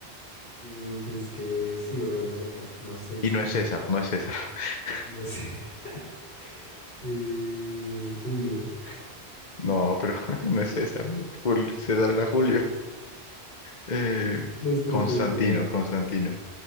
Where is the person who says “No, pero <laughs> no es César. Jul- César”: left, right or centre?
Left